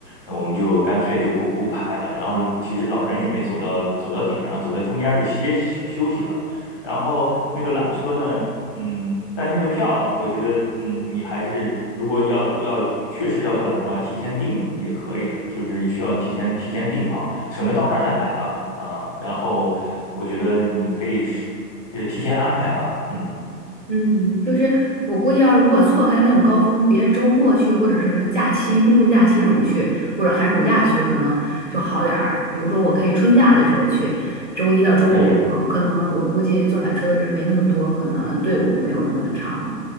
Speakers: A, on the left; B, on the right.
A: 那我们就干脆就不不排了。然后其实老人也没走到走到顶，然后走在中间就歇息休息了。然后那个缆车呢？嗯，但是那个票，我觉得，嗯，你还是如果要要确实要做缆车的话，提前订也可以的，就是需要提前提前订好，省得到那儿再买了啊。然后我觉得你可以是呃提前安排吧，嗯，
B: 嗯，就是我估计要是如果错开那种高峰，别周末去或者是什么假期、公众假期这种去，或者寒暑假去，可能就好点儿。比如说，我可以春假的时候去，周一到周五的时候，
A: 对，
B: 可能我估计坐缆车的人没那么多，可能队伍没有那么长。